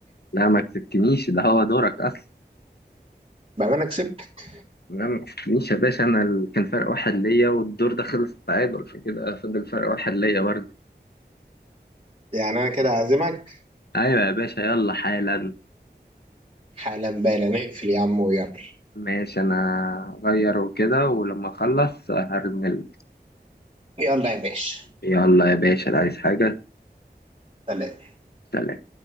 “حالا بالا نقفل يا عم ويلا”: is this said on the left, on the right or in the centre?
Right